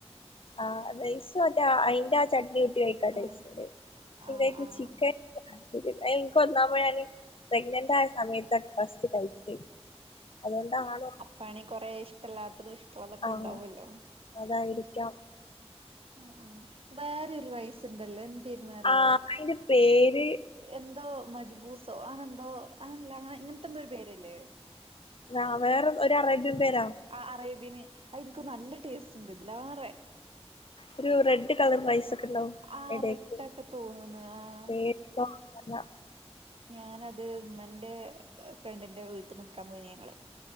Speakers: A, on the left (about 55°); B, on the right (about 55°).
A: ആ റൈസ മറ്റേ അതിന്റെ ആ ചട്നി കുട്ടി കഴിക്കാ ടേസ്റ്റ്
B: ആഹ്
A: ഉണ്ട് പക്ഷെ
B: ആഹ് ആഹ്
A: ചിക്കൻ എനിക്ക് ഒന്നാമത് പ്രെഗ്നന്റ്ആയ സമയത്ത് ബ്രഫാസ്റ്റ് കഴിച്ച അതുകൊണ്ടാണോ
B: പണി കൊറെേ ഇഷ്ടമല്ലാത്തതും ഇഷ്ടമുള്ളതൊക്കെ
A: ആഹ്
B: ഉണ്ടാവുമല്ലോ
A: അതായിരിക്കാം
B: ആ ആ വേറെരു റൈസ് ഉണ്ടല്ലോ എന്തായിരുന്ന അറിയോ
A: ആഹ് അയിന്റെ പേര്
B: എന്തോ മജ്ബൂസോ ആനന്തോ ആനല്ല അങ്ങന ഇങ്ങനത്തെ എന്ത ഒരു പേര്ല്ലേ
A: വ വേറെ ഒരു അറേബ്യൻ പേരാ
B: ആ അറേബ്യന് അത് എനിക്ക് നല്ല ടേസ്റ്റ് ഉണ്ട് ഇതിലേറെ.
A: ഒരു റെഡ് കളർ റൈസ് ഒക്കെ. ഉണ്ടാവും
B: ആറഡൊക്കെ
A: എടേക്ക്
B: തോന്ന്ന് ആഹ്.
A: പേരൊക്കെ വാങ്ങാ
B: ഞാനത് ഉമ്മന്റെ ഫ്രണ്ടിന്റെ വീട്ടിൽ നിക്കാൻ പോയിന് ഞങ്ങള്.